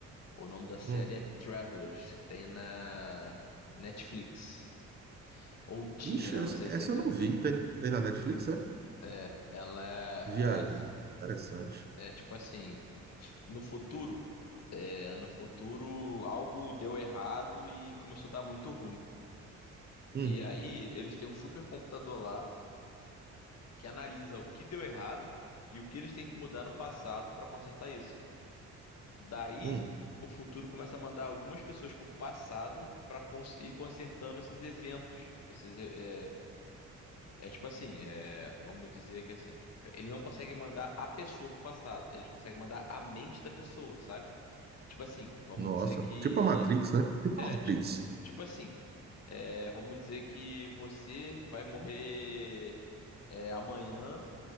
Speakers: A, on the left; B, on the right.
A: O nome da série
B: Hum.
A: é Travelers, que tem na Netflix. Ou tinha,
B: Ixi,
A: né? Não
B: essa,
A: sei
B: essa
A: se ainda
B: eu não
A: tem.
B: vi. Tem, tem na Netflix, é?
A: É, ela é,
B: Viagem.
A: é, as-
B: Interessante.
A: é tipo assim, no futuro, é, no futuro algo deu errado e começou a dar muito ruim.
B: Hum.
A: E aí eles têm um super computador lá. que analisa o que deu errado e o que eles têm que mudar no passado para consertar isso. Daí,
B: Hum.
A: o futuro começa a mandar algumas pessoas por passado para ir consertando esses eventos. Esses, é, é tipo assim, é, vamos dizer que assim. Eles não conseguem mandar a pessoa pro passado, eles conseguem mandar a mente da pessoa, sabe? Tipo assim, vamos
B: Nossa,
A: dizer que.
B: tipo a Matrix, né? Tipo
A: É,
B: a Matrix.
A: tipo, tipo assim. é, vamos dizer que você vai morrer é, amanhã